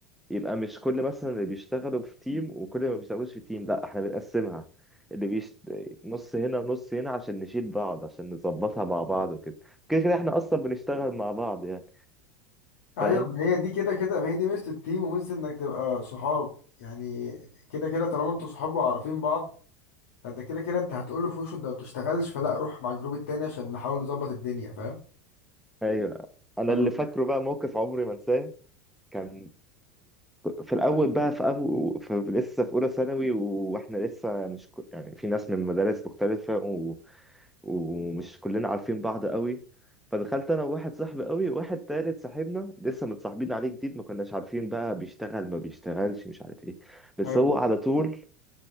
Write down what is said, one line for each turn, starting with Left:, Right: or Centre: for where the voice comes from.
Centre: يبقى مش كل مثلا اللي بيشتغلوا في تيم وكل اللي ما بيشتغلوش في تيم لا احنا بنقسمها اللي بيش... نص هنا ونص هنا عشان نشيل بعض عشان نظبطها مع بعض وكده كده كده احنا اصلا بنشتغل مع بعض يعني
Left: ايوه
Centre: فاهم
Left: ما هي دي كده كده ما هي دي ميزه التيم وميزه انك تبقى صحاب يعني كده كده طالما انتوا صحاب وعارفين بعض فانت كده كده انت هتقول له في وشه انت ما بتشتغلش فلا روح مع الجروب التاني عشان نحاول نظبط الدنيا فاهم
Centre: ايوه انا
Left: فال-
Centre: اللي فاكره بقى موقف عمري ما انساه كان في الاول بقى في ابو في لسه في اولى ثانوي واحنا لسه مش ك- يعني في ناس من مدارس مختلفه ومش كلنا عارفين بعض قوي فدخلت انا وواحد صاحبي قوي وواحد تالت صاحبنا لسه متصاحبين عليه جديد ما كناش عارفين بقى بيشتغل ما بيشتغلش مش عارف ايه بس
Left: فاهم
Centre: هو على طول